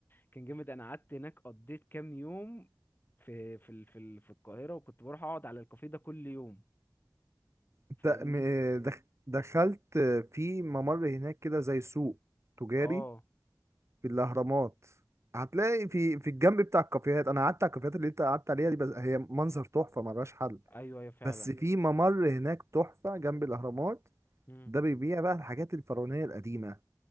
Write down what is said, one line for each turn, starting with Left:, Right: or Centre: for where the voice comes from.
Left: كان جامد انا قعدت هناك قضيت كام يوم في في ال- في ال- في القاهره وكنت بروح اقعد على الكافيه ده كل يوم
Right: انت
Left: فاهمني
Right: م... دخ... دخلت في ممر هناك كده زي سوق تجاري
Left: اه
Right: في الاهرامات هتلاقي في في الجنب بتاع الكافيهات انا قعدت على الكافيهات اللي انت قعدت عليها دي بس هي منظر تحفه ملهاش حل
Left: ايوه ايوه فعلا
Right: بس في ممر هناك تحفه جنب الاهرامات
Left: مم.
Right: ده بيبيع بقى الحاجات الفرعونيه القديمه